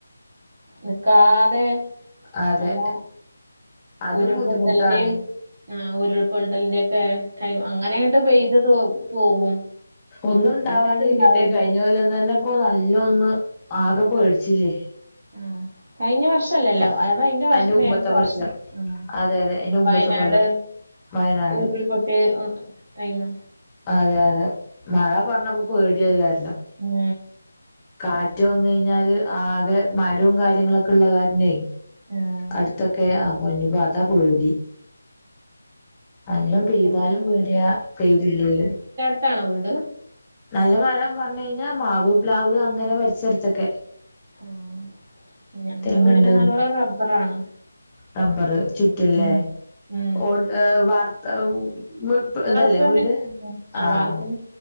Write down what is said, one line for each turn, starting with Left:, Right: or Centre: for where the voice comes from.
Right: നിക്കാതെ
Left: അതെ
Right: വല്ല
Left: അതും
Right: ഉരുൾപൊട്ടലിന്റെയും
Left: ബുദ്ധിമുട്ടാണ്
Right: ആഹ് ഉരുൾപൊട്ടലിന്റെ ഒക്കെ ടൈം. അങ്ങനെട്ട് പെയ്ത് പോവും.
Left: ഒന്നുണ്ടാവാണ്ടിരിക്കട്ടെ.
Right: പിന്നെട്ട് ഇണ്ടാവൂല
Left: കഴിഞ്ഞ കൊല്ലം തന്നെ ഇപ്പൊ നല്ല ഒന്ന് ആകെ പേടിച്ചില്ലേ.
Right: ഉം. കഴിഞ്ഞ വർഷല്ലല്ലോ. അതയി വർഷ
Left: അയിന്റെ മുമ്പത്തെ
Right: മേലത്തെ
Left: വർഷം
Right: വർഷോ. ഉം
Left: അതെ അതെ അയിന്റെ മുമ്പത്തെ
Right: വയനാട്.
Left: കൊല്ലം വയനാട്
Right: ഉരുൾ പൊട്ടിയ ടൈംമ്
Left: അതെ അതെ മഴ പറഞ്ഞപ്പോ പേടിയ അത് കാരണം
Right: ഉം
Left: കാറ്റ് വന്ന് കഴിഞ്ഞാല് ആകെ മരവും കാര്യങ്ങളൊക്കെ ഉള്ള കാരനെ
Right: ആഹ്
Left: അടുത്തൊക്കെ ആ പൊഞ്ഞു അത പേടി നല്ലോം പെയ്താലും
Right: ഇവിടെ
Left: പേടിയ പെയ്തില്ലേലും
Right: ഇതാണോ വീട്
Left: നല്ല മരം പറഞ്ഞു കഴിഞ്ഞാൽ മാവ് പ്ലാവ് അങ്ങനെ പരിസരത്തൊക്കെ
Right: ആഹ് ഞങ്ങള്
Left: തെങ്ങുണ്ട്
Right: വീടിന്റെ മേലെ റബ്ബറാണ്
Left: റബറ് ചുറ്റുല്ലേ
Right: ഉം ഉം
Left: ഓ വാർത്ത ഓ
Right: വാർപ്പന്നെ
Left: ഇതല്ലേ വീട്
Right: ഉം
Left: ആഹ്
Right: വാർപ്പന്നെ